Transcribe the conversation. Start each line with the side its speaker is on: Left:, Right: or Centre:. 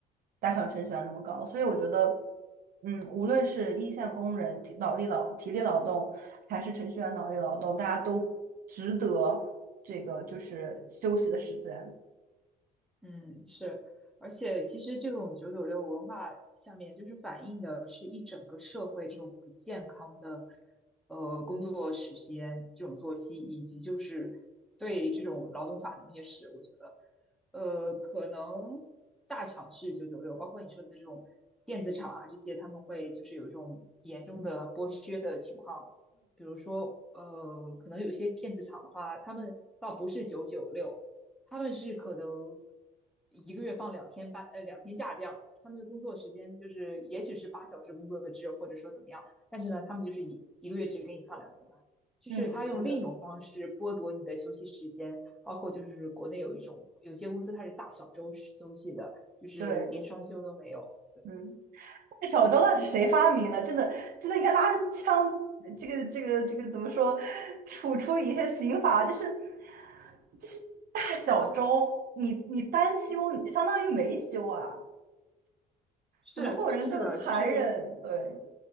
Right: 大厂程序员那么高。所以我觉得，嗯，无论是一线工人体脑力劳体力劳动，还是程序员脑力劳动，大家都值得这个就是休息的时间。
Centre: 嗯，是，而且其实这种九九六文化下面，就是反映的是一整个社会这种不健康的，呃，工作时间、这种作息，以及就是对这种劳动法的蔑视。我觉得，呃，可能大厂是九九六，包括你说的这种电子厂啊这些，他们会就是有这种严重的剥削的情况。比如说，呃，可能有些电子厂的话，他们倒不是九九六。他们是可能一个月放两天半，呃，两天假这样的。他们的工作时间就是，也许是八小时工作制，或者说怎么样，但是呢，他们就是一一个月只给你放两天半，就是他用另一种方式剥夺你的休息时间，
Right: 嗯，是的，
Centre: 包括就是国内有一种有些公司它是大小周休息的，就是连双休都没有。
Right: 对，
Centre: 对，
Right: 嗯。这小周到底是谁发明的？真的，真的应该拉着枪，这个这个这个怎么说，处处理一些刑法，就是就是大小周，
Centre: 啊，
Right: 你你单休，
Centre: 嗯
Right: 你就相当于没休啊，
Centre: 是是的，
Right: 怎么会有人这么残忍？
Centre: 就是
Right: 对，